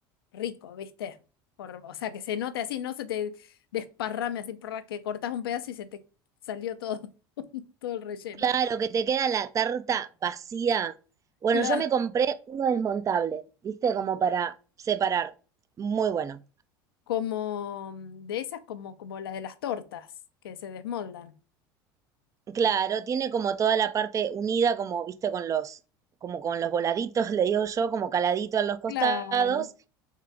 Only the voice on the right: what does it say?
Claro, que te queda la tarta vacía. Bueno,
yo me compré uno desmontable, viste, como para separar. Muy bueno.
Claro, tiene como toda la parte unida, como viste, con los, como con los voladitos, <laughs> le digo yo, como caladito en los costados,